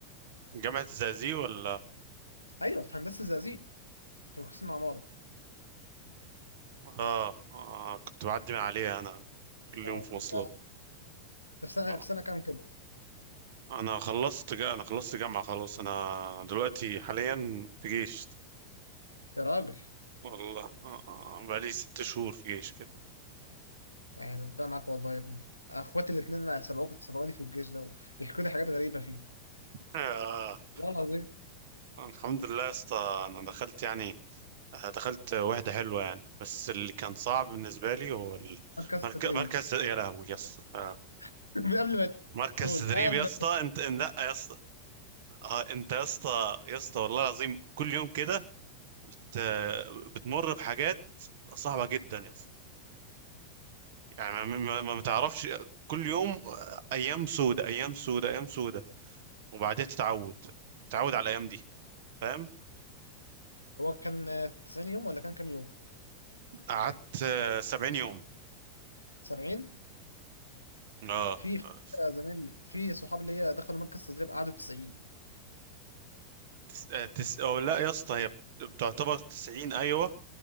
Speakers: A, on the right; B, on the left.
A: جامعه الزقازيق ولا
B: ايوه في هندسة الزقازيق في قسم عمارة
A: آه, اه كنت بعدي من عليها انا كل
B: اه
A: يوم في مواصلات
B: انت انت في سنة
A: آه،
B: في سنة كام كده
A: انا خلصت جا... انا خلصت جامعه خلاص انا دلوقتي حاليا في جيش
B: يا راجل
A: والله آه، آه، بقالي ست شهور في جيش كده
B: يعني ربنا معاك والله يا ابني اخواتي الاثنين سبقوك سبقوني في الجيش ده بيحكوا لي حاجات غريبة فيه
A: آه
B: والله العظيم
A: الحمد لله يا اسطى انا دخلت يعني دخلت واحدة حلوة يعني بس اللي كان صعب بالنسبة لي هو ال-
B: مركز
A: مرك-
B: تدريب
A: مركز يا لهوي يا اسطى آه.
B: <laughs> من قبل ما
A: مركز
B: تقول
A: تدريب
B: عارف
A: يا اسطى انت إن- لا يا اسطى اه انت يا اسطى يا اسطى والله العظيم كل يوم كده ت- بتمر بحاجات صعبة جدا يا اسطى يعني ما ما- ما- ما تعرفش كل يوم آه، ايام سودة ايام سودة ايام سودة وبعدين تتعود تتعود على الايام دي فاهم
B: هو كان 90 يوم ولا كان كام يوم
A: قعدت آه، 70 يوم
B: 70
A: اه
B: في في
A: آه،
B: زميل في صحاب ليا دخلوا مركز تدريب قعدوا 90
A: تس... آه، تس... أو لا يا اسطى هي بتعتبر 90 ايوه